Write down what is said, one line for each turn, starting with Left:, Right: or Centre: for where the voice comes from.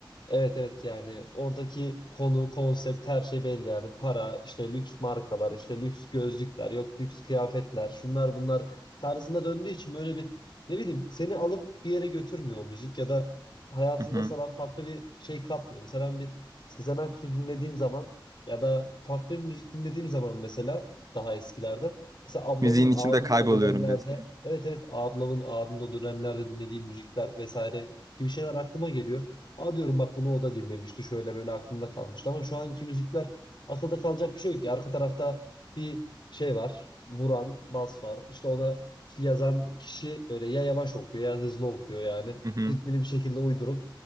Left: Evet evet yani oradaki konu, konsept her şey belli yani para, işte lüks markalar, işte lüks gözlükler, yok lüks kıyafetler, şunlar bunlar tarzında döndüğü için böyle bir ne bileyim seni alıp bir yere götürmüyor o müzik ya da hayatında
Right: <laughs> Hı hı.
Left: sana farklı bir şey katmıyor. Mesela ben bir Sezen Aksu dinlediğim zaman ya da farklı bir müzik dinlediğim zaman mesela daha eskilerden mesela ablamın
Right: Müziğin
Left: abimle
Right: içinde kayboluyorum
Left: o dönemlerde
Right: diyorsun.
Left: evet evet ablamın abimle o dönemlerde dinlediği müzikler vesaire gibi şeyler aklıma geliyor. Aa diyorum bak bunu o da dinlemişti şöyle böyle aklımda kalmıştı ama şu anki müzikler akılda kalacak bir şey yok ki. Arka tarafta bir şey var vuran bas var İşte ona işte yazan kişi böyle ya yavaş okuyor ya hızlı okuyor yani
Right: Hı hı.
Left: ritmini bir şekilde uydurup